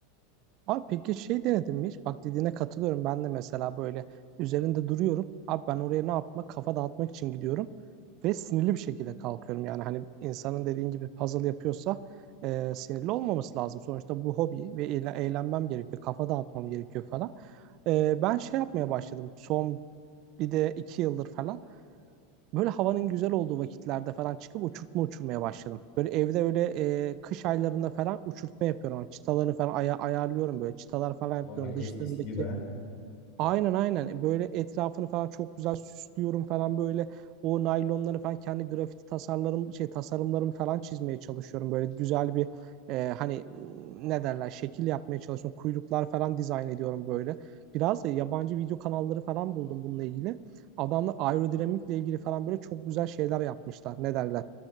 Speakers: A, on the right; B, on the left.
A: Abi peki şey denedin mi hiç? Bak dediğine katılıyorum. Ben de mesela böyle üzerinde duruyorum. Abi ben oraya ne yapmak? Kafa dağıtmak için gidiyorum. Ve sinirli bir şekilde kalkıyorum. Yani hani insanın dediğin gibi puzzle yapıyorsa e, sinirli olmaması lazım. Sonuçta bu hobi ve eğle- eğlenmem gerekiyor. Kafa dağıtmam gerekiyor falan. E, ben şey yapmaya başladım. Son bir de iki yıldır falan. Böyle havanın güzel olduğu vakitlerde falan çıkıp uçurtma uçurmaya başladım. Böyle evde öyle e, kış aylarında falan uçurtma yapıyorum. Çıtalarını falan aya- ayarlıyorum böyle. Çıtalar falan yapıyorum.
B: Vay
A: Dışlarındaki
B: eskisi gibi ha.
A: Aynen aynen E, böyle etrafını falan çok güzel süslüyorum falan böyle o naylonları falan kendi grafiti tasarlarım şey tasarımlarımı falan çizmeye çalışıyorum böyle güzel bir e, hani ne derler şekil yapmaya çalışıyorum kuyruklar falan dizayn ediyorum böyle biraz da yabancı video kanalları falan buldum bununla ilgili adamlar aerodinamikle ilgili falan böyle çok güzel şeyler yapmışlar ne derler